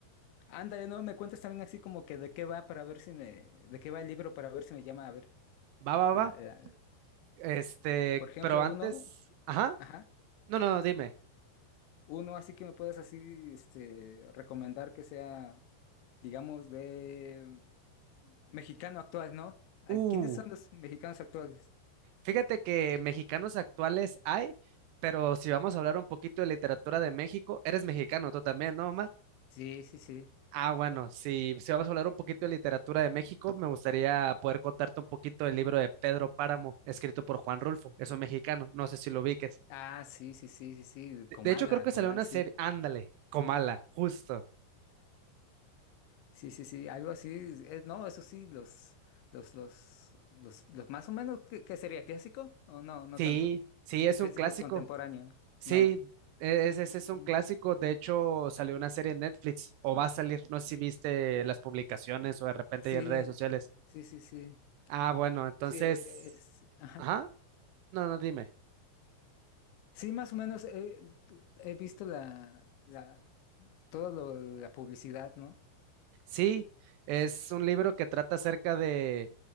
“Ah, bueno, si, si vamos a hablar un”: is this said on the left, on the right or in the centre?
Right